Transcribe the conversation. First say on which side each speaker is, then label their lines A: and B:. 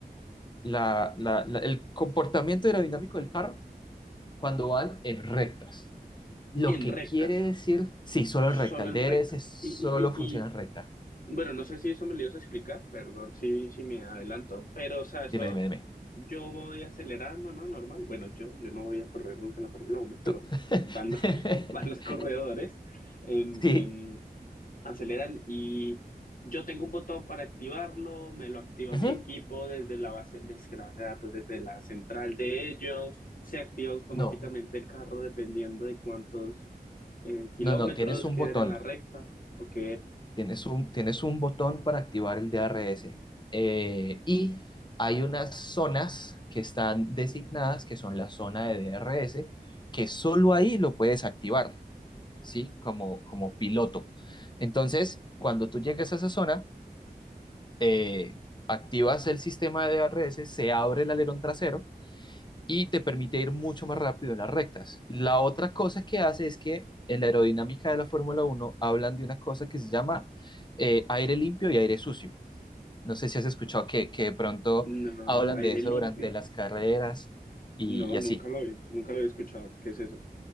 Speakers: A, on the left; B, on the left.
A: la, la- la- el comportamiento aerodinámico del carro cuando van en rectas. Lo
B: En
A: que
B: rectas,
A: quiere decir, sí, solo
B: solo
A: en recta. El
B: en
A: DRS
B: rectas.
A: solo
B: Y, y, y,
A: funciona
B: y,
A: en recta.
B: bueno, no sé si eso me lo ibas a explicar, perdón si, si me adelanto, pero o sea, eso
A: Dime, dime, dime.
B: yo voy acelerando, ¿no? Normal. Bueno, yo, yo no voy a correr nunca en la Fórmula Uno pero
A: Tú. <laughs>
B: van los, <laughs> van los corredores en,
A: Sí.
B: en aceleran y yo tengo un botón para activarlo, me lo activa
A: Ujú.
B: mi equipo desde la base, desde la base de datos, desde la central de ellos, se activa automáticamente
A: No,
B: el carro dependiendo de cuántos eh, kilómetros
A: no, no. Tienes un
B: queden
A: botón.
B: en la recta, ok,
A: Tienes un, tienes un botón para activar el DRS. Eh, y hay unas zonas que están designadas, que son la zona de DRS, que solo ahí lo puedes activar, ¿sí? Como, como piloto. Entonces, cuando tú llegues a esa zona, eh, activas el sistema de ARS, se abre el alerón trasero y te permite ir mucho más rápido en las rectas. La otra cosa que hace es que en la aerodinámica de la Fórmula uno hablan de una cosa que se llama eh, aire limpio y aire sucio. No sé si has escuchado que, que de pronto
B: no,
A: hablan
B: aire
A: de eso
B: limpio,
A: durante las carreras y
B: no,
A: y así.
B: nunca lo he, nunca lo había escuchado, ¿qué es eso?